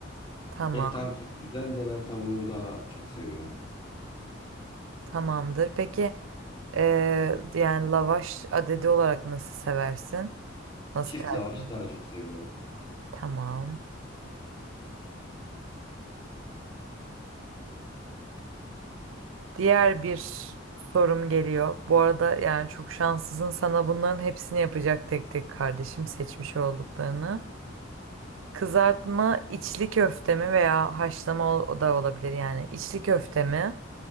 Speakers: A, on the right; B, on the left.
A: Tamam,
B: Et tantuni güzel de ben tavuğu daha çok seviyorum.
A: tamamdır. Peki eee, yani lavaş adedi olarak nasıl seversin? Nasıl
B: Çift
A: tercih?
B: lavaş daha çok seviyorum.
A: Tamam. Diğer bir sorum geliyor. Bu arada yani çok şanslısın. Sana bunların hepsini yapacak tek tek kardeşim seçmiş olduklarını. Kızartma içli köfte mi veya haşlama o o da olabilir yani. İçli köfte mi